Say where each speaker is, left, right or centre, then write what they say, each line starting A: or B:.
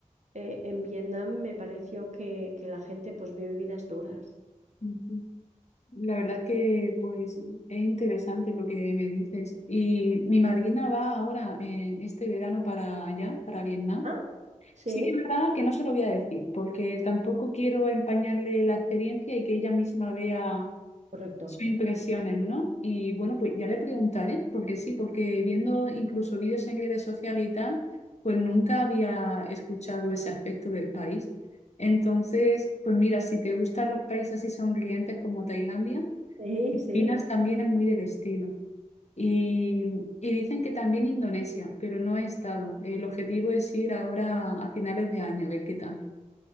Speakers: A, on the right; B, on the left.
A: eh, en Vietnam me pareció que, que la gente pues vive vidas duras.
B: ujú. la verdad que pues es interesante lo que me dices. Y mi madrina va ahora en este verano para allá, para Vietnam.
A: ¿Ah? Sí.
B: Sí que es verdad que no se lo voy a decir, porque tampoco quiero empañarle la experiencia y que ella misma vea
A: correcto.
B: sus impresiones, ¿no? Y bueno, pues ya le preguntaré, porque sí, porque viendo incluso vídeos en redes sociales y tal, pues nunca había escuchado ese aspecto del país. Entonces, pues mira, si te gustan los países así sonrientes como Tailandia,
A: Sí,
B: Filipinas
A: sí.
B: también es muy del estilo. Y, y dicen que también Indonesia, pero no he estado. El objetivo es ir ahora a finales de año, a ver qué tal.